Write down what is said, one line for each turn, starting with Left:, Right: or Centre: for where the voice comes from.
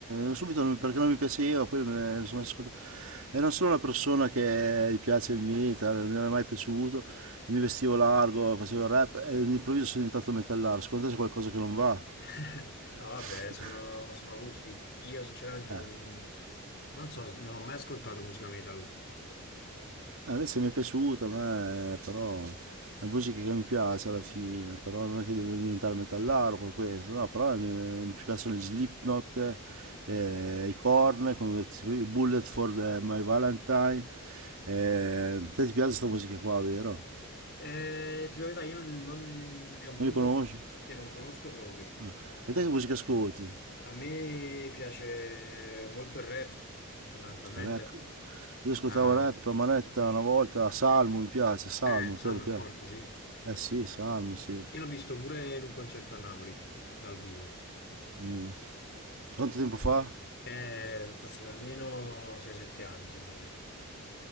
Right: Eh, subito non- perché non mi piaceva, poi me- mi sono messo ad ascoltare. E non sono una persona che gli piace il metal, non mi era mai piaciuto. Mi vestivo largo, facevo il rap e all'improvviso sono diventato metallaro. Secondo te c'è qualcosa che non va?
Left: <laughs> no
Right: <laughs>
Left: vabbè, sono, sono gusti. Io sinceramente
Right: Eh.
Left: non, non so, non ho mai ascoltato musica metal.
Right: Eh, invece mi è piaciuta, a me, però è musica che mi piace alla fine, però non è che devo diventare metallaro per questo, no, però mi, mi piacciono gli Slipknot, eh, i Korn, come si- i Bullet for the- My Valentine. eh, te ti piace questa musica qua, vero?
Left: Eh, ti dico la verità, io non, è un mondo
Right: Non li conosci?
Left: che non conosco proprio.
Right: Ah. E te che musica ascolti?
Left: A me piace molto il rap, fondamentalmente.
Right: Rap. Io ascoltavo
Left: Eh,
Right: rap a manetta una volta, Salmo mi piace, Salmo,
Left: eh, Salmo
Right: te lo piace?
Left: è forte, sì.
Right: Eh sì, Salmo, sì.
Left: Io l'ho visto pure in un concerto a Napoli, dal vivo.
Right: Mm. Quanto tempo fa?
Left: Eh, È passato almeno 6-7 anni, secondo me.